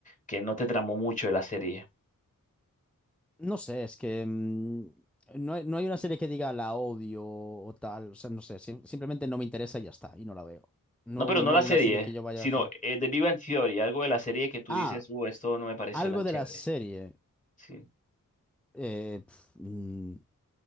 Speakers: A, on the left (about 20°); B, in the centre.
A: que no te tramó mucho de la serie.
B: No sé, es que mm, no hay, no hay una serie que diga la odio o tal. O sea, no sé, sim- simplemente no me interesa y ya está, y no la veo. No,
A: No, pero
B: no
A: no la
B: hay
A: serie,
B: una serie que yo vaya
A: sino
B: a decir.
A: eh, de Big Bang Theory, algo de la serie que tú
B: Ah,
A: dices, uh, esto no me pareció
B: Algo
A: tan
B: de
A: chévere.
B: la serie.
A: Sí.
B: eh, pf, mm,